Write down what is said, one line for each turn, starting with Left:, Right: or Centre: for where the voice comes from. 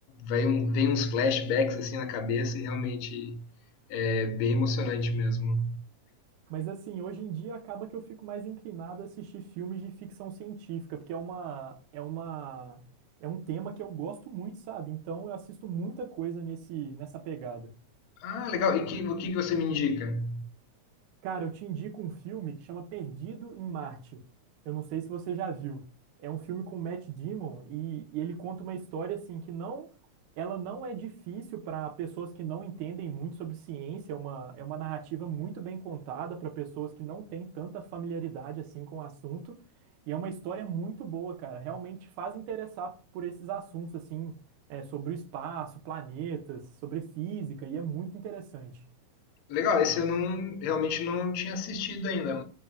Left: vem, um- vem uns flashbacks assim na cabeça e realmente é bem emocionante mesmo.
Right: Mas, assim, hoje em dia acaba que eu fico mais inclinado a assistir filmes de ficção científica, porque é uma, é uma, é um tema que eu gosto muito, sabe? Então eu assisto muita coisa nesse, nessa pegada.
Left: Ah, legal. E que, o que que você me indica?
Right: Cara, eu te indico um filme que chama Perdido em Marte. Eu não sei se você já viu. É um filme com Matt Damon e, e ele conta uma história assim que não, ela não é difícil para pessoas que não entendem muito sobre ciência. É uma, é uma narrativa muito bem contada para pessoas que não têm tanta familiaridade assim com o assunto. E é uma história muito boa, cara. Realmente faz interessar por esses assuntos assim, é, sobre o espaço, planetas, sobre física e é muito interessante.
Left: Legal, esse eu não, realmente não tinha assistido ainda.